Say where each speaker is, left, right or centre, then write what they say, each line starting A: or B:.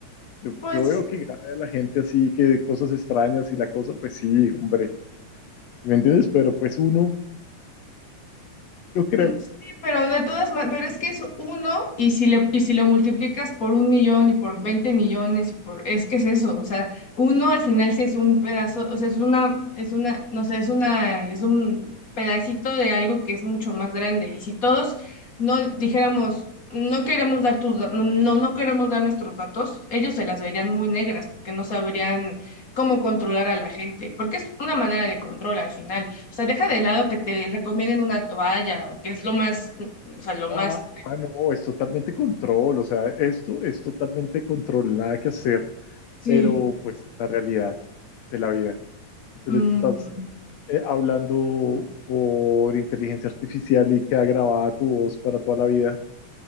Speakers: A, on the left (about 75°); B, on the left (about 45°).
A: Yo,
B: pues
A: yo veo que grave a la gente así, que cosas extrañas y la cosa, pues sí, hombre. ¿Sí me entiendes? Pero pues uno, yo creo.
B: Mm, Sí, pero de todas maneras, pero es que es uno y si le, y si lo multiplicas por un millón y por 20 millones y por, es que es eso, o sea, uno al final sí es un pedazo, o sea, es una, es una, no sé, es una, es un pedacito de algo que es mucho más grande y si todos no dijéramos, no queremos dar tus, da- no, no, no queremos dar nuestros datos, ellos se las verían muy negras porque no sabrían cómo controlar a la gente, porque es una manera de control al final. O sea, deja de lado que te recomienden una toalla, que es lo más, o sea, lo más,
A: Ah, ah, no, es totalmente control. O sea, esto es totalmente control, nada que hacer.
B: sí.
A: pero pues es la realidad de la vida. Y tú
B: mm,
A: les estás eh, hablando por inteligencia artificial y queda grabada tu voz para toda la vida.